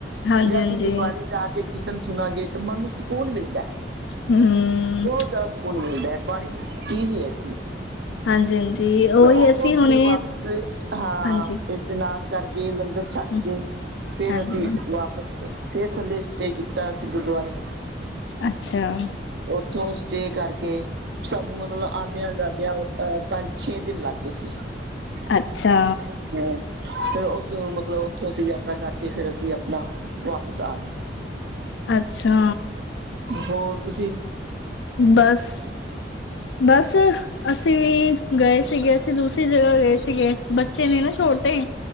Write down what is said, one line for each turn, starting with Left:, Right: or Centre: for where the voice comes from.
Left: ਹਾਂਜੀ-ਹਾਂਜੀ,
Right: ਜਾਂ ਅਸੀਂ ਗੁਰਦੁਆਰੇ ਜਾ ਕੇ ਕੀਰਤਨ ਸੁਣਾਂਗੇ ਤਾਂ ਮਨ ਨੂੰ ਸਕੂਨ ਮਿਲਦਾ
Left: ਹੂੰ,
Right: ਬਹੁਤ ਜ਼ਿਆਦਾ ਸਕੂਨ ਮਿਲਦਾ ਹੈ। ਬਾਣੀ ਚੀਜ਼ ਹੀ ਐਸੀ।
Left: ਹਾਂਜੀ-ਹਾਂਜੀ, ਉਹੀ
Right: ਉੱਥੋਂ
Left: ਅਸੀਂ
Right: ਸਵੇਰ
Left: ਹੁਣੇ
Right: ਵਾਪਸ ਹਾਂ
Left: ਹਾਂਜੀ,
Right: ਇਸ਼ਨਾਨ ਕਰਕੇ ਲੰਗਰ ਛੱਕ
Left: ਹੂੰ,
Right: ਕੇ ਫੇਰ
Left: ਹਾਂਜੀ,
Right: ਅਸੀਂ
Left: ਹਾਂਜੀ,
Right: ਵਾਪਸ ਫੇਰ ਥੱਲੇ ਸਟੇ ਕੀਤਾ ਅਸੀਂ ਗੁਰਦੁਆਰੇ।
Left: ਅੱਛਾ।
Right: ੳਥੋਂ ਸਟੇ ਕਰਕੇ ਸਾਨੂੰ ਮਤਲਬ ਆਂਦੀਆਂ ਜਾਂਦਿਆਂ ਪੰਜ, ਛੇ ਦਿਨ ਲੱਗ ਗਏ। ਹਾਂ,
Left: ਅੱਛਾ,
Right: ਫੇਰ ੳਸ ਮਤਲਬ ਅਸੀ ਯਾਤਰਾ ਕਰਕੇ ਫੇਰ ਅਸੀ ਆਪਣਾ ਵਾਪਿਸ ਆ ਗਏ।
Left: ਅੱਛਾ।
Right: ਹੋਰ ਤੁਸੀ
Left: ਬਸ ਬਸ ਅਸੀ ਗਏ ਸੀਗੇ ਅਸੀ ਦੂਸਰੀ ਜਗ੍ਹਾ ਗਏ ਸੀਗੇ, ਬੱਚੇ ਨੇ ਨਾ ਛੋਟੇ।